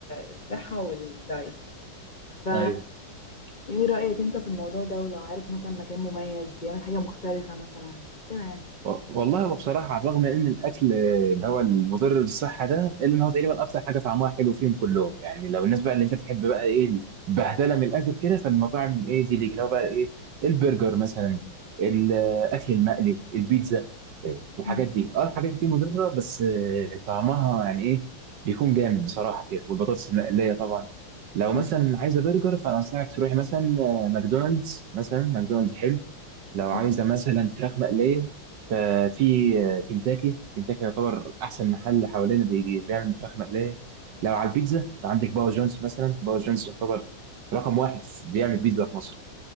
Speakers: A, on the left (about 35°); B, on the right (about 65°).
A: الصحة والدايت ف
B: ايوه
A: ايه رأيك انت في الموضوع ده ولو عارف مثلا مكان مميز بيعمل حاجة مختلفة مثلا كده يعني
B: و- والله هو بصراحة على الرغم ان الاكل اللي هو المضر بالصحة ده الا ان هو تقريبا اكتر حاجة طعمها حلو فيهم كلهم يعني لو الناس بقى اللي انت بتحب بقى ايه البهدلة من الاكل كده فالمطاعم ايه دي ليك اللي هو بقى ايه البرجر مثلا الاكل المقلي البيتزا الحاجات
A: مم.
B: دي اه الحاجات دي مضرة بس آه، طعمها يعني ايه بيكون جامد بصراحة كده والبطاطس المقلية طبعا لو
A: مم.
B: مثلا عايزة برجر فانا انصحك تروحي مثلا آه، ماكدونالدز مثلا ماكدونالدز حلو لو عايزة
A: مم.
B: مثلا فراخ مقلية ففي آه، كنتاكي كنتاكي يعتبر أحسن محل حوالينا بيجي بيعمل فراخ مقلية لو على البيتزا عندك باور جونز مثلا باور جونز يعتبر رقم واحد بيعمل بيتزا في مصر